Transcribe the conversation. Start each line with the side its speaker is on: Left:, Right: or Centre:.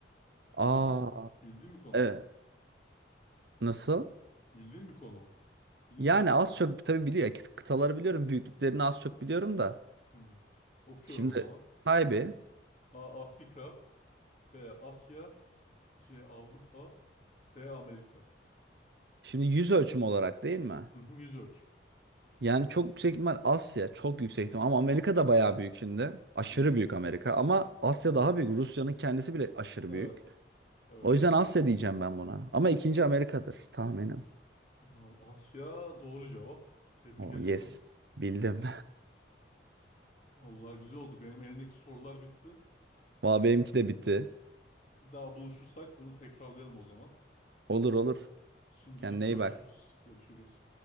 Right: Aa,
Left: Bildiğin bir ko- bildiğin bir konu
Right: evet.
Left: mu?
Right: Nasıl?
Left: Bildiğin bir konu mu? Bilir
Right: Yani
Left: misin?
Right: az çok tabii biliyor. Kı- Kıtaları biliyorum. Büyüklüklerini az çok biliyorum da.
Left: Hmm. Okuyorum
Right: Şimdi
Left: o zaman.
Right: kaybı.
Left: A. Afrika B. Asya C. Avrupa D. Amerika.
Right: Şimdi yüz ölçümü olarak değil mi?
Left: Hı hı, yüz ölçüm.
Right: Yani çok yüksek ihtimal Asya. Çok yüksek ihtimal. Ama Amerika da bayağı büyük şimdi. Aşırı
Left: Hı hı.
Right: büyük Amerika. Ama Asya
Left: Evet.
Right: daha büyük. Rusya'nın kendisi bile aşırı
Left: Evet.
Right: büyük.
Left: Evet
Right: O yüzden
Left: evet.
Right: Asya diyeceğim ben buna. Ama ikinci Amerika'dır tahminim.
Left: Vallahi Asya doğru cevap. Tebrik
Right: Oh,
Left: ediyorum.
Right: yes. Bildim.
Left: Allah güzel oldu. Benim elimdeki sorular bitti.
Right: <laughs> Valla benimki de bitti.
Left: Bir daha buluşursak bunu tekrarlayalım o zaman.
Right: Olur olur.
Left: Şimdilik
Right: Kendine
Left: görüşürüz.
Right: iyi bak.
Left: Görüşürüz.